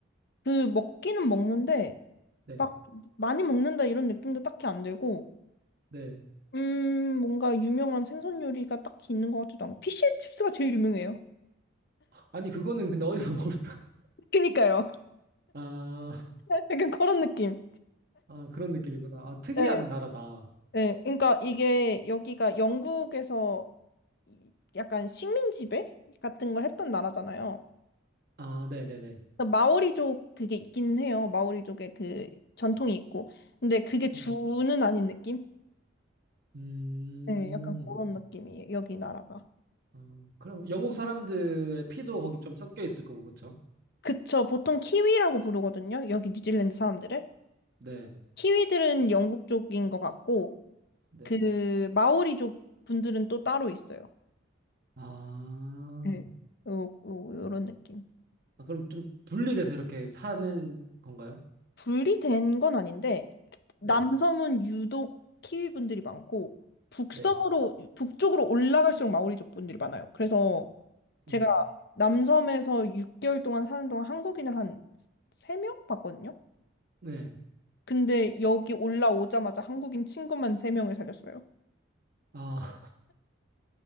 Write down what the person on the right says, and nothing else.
네.
네.
아니, 그거는 근데 어디서 먹을 수, <laughs>
아,
아, 그런 느낌이구나. 아, 특이한
나라다.
아, 네네네.
음,
음,
아, 그럼 영국 사람들의 피도 거기 좀 섞여 있을 거고, 그쵸?
네,
네.
아,
아, 그럼 좀 분리돼서 이렇게 사는 건가요?
네,
네.
음,
네.
아, <laughs>